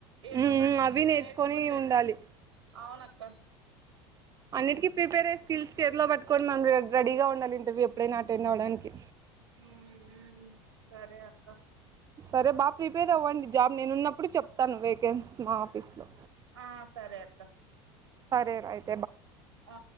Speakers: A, on the right; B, on the right.
A: ఏదో
B: మ్మ్
A: ఒకటి
B: అవి నేర్చుకొని
A: నేర్చుకుంటేనే
B: ఉండాలి
A: అవునక్క
B: అన్నిటికీ ప్రిపేర్ అయ్యే స్కిల్స్ చేతిలో పట్టుకొని మనం రెడీగా ఉండాలి ఇంటర్వ్యూ ఎప్పుడైనా అటెండ్ అవ్వడానికి
A: హ ఉమ్ సరే అక్క
B: సరే బాగా ప్రిపేర్ అవ్వండి జాబ్ నేను ఉన్నప్పుడు చెప్తాను వేకెన్సీస్ మా ఆఫీస్ లో
A: ఆ సరే అక్క
B: సరేయితే
A: ఆ